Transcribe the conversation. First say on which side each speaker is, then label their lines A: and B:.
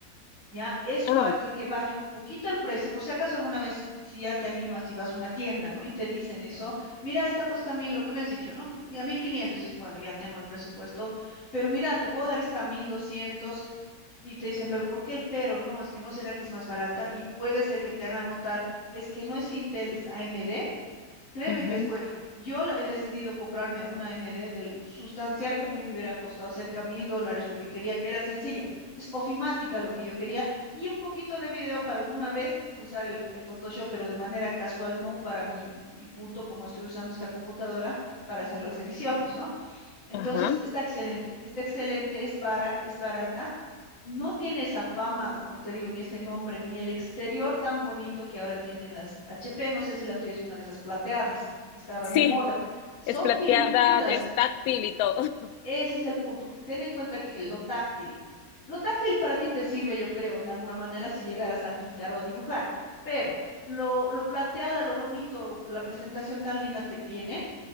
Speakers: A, on the left; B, on the left.
A: ¿ya? Eso
B: Ah,
A: hace que baje un poquito el precio, por si acaso alguna vez si, si ya te animas y vas a una tienda, ¿no? Y te dicen eso, mira, esta cuesta mil, lo que me has dicho, ¿no? Y a mil quinientos. dices, bueno, ya tengo el presupuesto, pero mira, te puedo dar esta mil doscientos y te dicen, pero ¿por qué el pero? No, es que no será que es más barata y puede ser que te hagan notar, es que no es Intel, es AMD Créeme
B: ujú,
A: que es buena. Yo la- he decidido comprarme una MD del sustancial que a mí me hubiera costado cerca de mil dólares, lo que quería, que era sencillo. Es ofimática lo que yo quería y un poquito de video para alguna vez usar el, el Photoshop, pero de manera casual, no para mi, mi punto, como estoy usando esta computadora para hacer las ediciones, ¿no? Entonces,
B: Ajá.
A: está excelente, está excelente, es bara- es barata. No tiene esa fama, como te digo, ni ese nombre, ni el exterior tan bonito que ahora tienen las HP. No sé si la tuya es una de esas plateadas que estaban
B: Sí,
A: de moda. Son
B: es plateada,
A: pintudas,
B: es táctil y todo. <laughs>
A: ese es el punto. Ten en cuenta que lo táctil, lo táctil para ti te sirve, yo creo, en alguna manera si llegaras a pintar o a dibujar, pero lo, lo plateada, lo bonito, la presentación tan linda que tiene